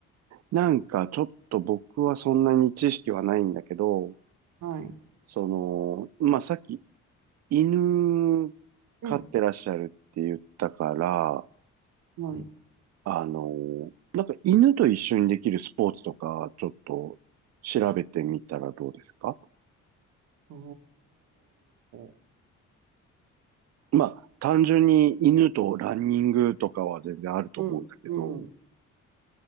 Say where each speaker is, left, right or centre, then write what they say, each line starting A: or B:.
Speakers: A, on the right (about 60°); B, on the right (about 75°).
A: なんかちょっと僕はそんなに知識はないんだけど、
B: はい。
A: その、まあ、さっき犬
B: うん、
A: 飼ってらっしゃるって言ったから、
B: はい。
A: あの、なんか犬と一緒にできるスポーツとか、ちょっと調べてみたらどうですか
B: おー。
A: まあ、単純に犬とランニングとかは全然あると思うんだけど、
B: うん、うん。